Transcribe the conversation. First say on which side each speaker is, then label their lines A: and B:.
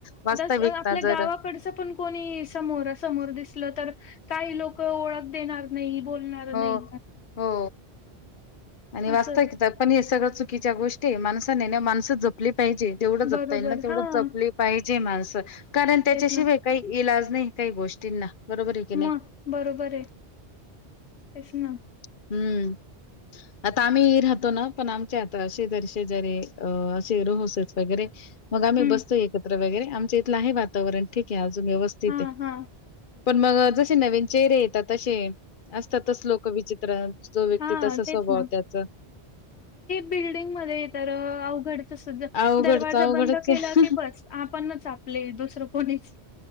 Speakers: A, on the left; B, on the left.
A: वास्तविकता
B: आता आपल्या
A: जर
B: गावाकडचं पण कोणी समोरा समोर दिसलं तर काही लोक ओळख देणार नाही बोलणार
A: हो
B: नाही.
A: हो आणि वाचतव
B: असंच.
A: क पण हे सगळं चुकीच्या गोष्टी माणसाने माणसच जपली, पाहिजे जेवढ जपता
B: बरोबर
A: येईल ना तेवढ
B: हां.
A: जपले पाहिजे, माणस कारण त्याच्याशिवाय
B: तेच ना.
A: काही इलाज नाही काही गोष्टींना. बरोबर आहे की नाही
B: मग बरोबर आहे हेच ना
A: हम्म आता आम्ही राहतो, ना पण आमचे आता असे जरसे जरी अ असे रोहस वगैरे मग आम्ही
B: हं.
A: बसतोय एकत्र वगैरे आमचं इथलं आहे वातावरण ठीक आहे अज व्यवस्थित
B: हां,
A: आहे.
B: हां.
A: पण मग जसे नवीन चेहरे येतात तसे असतातच लोक विचित्र जो व्यक्ती
B: हा
A: तसा स्वभाव
B: तेच ना
A: त्याचा
B: बिल्डिंग मध्ये तर द्
A: अवघडच
B: दरवाजा
A: अवघडच
B: बंद केला
A: आहे
B: की बस आपण आपले दुसरं कोणीच